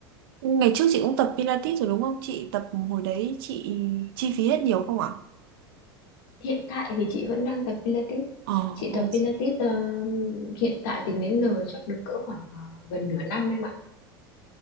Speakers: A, on the right; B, on the left.
A: ngày trước chị cũng tập Pilates rồi đúng không? Chị tập hồi đấy chị chi phí hết nhiều không ạ?
B: Hiện tại thì chị vẫn đang tập Pilates.
A: Ờ,
B: Chị
A: ờ.
B: tập Pilates ờ, hiện tại tính đến giờ chắc được cỡ khoảng ờ, gần nửa năm em ạ.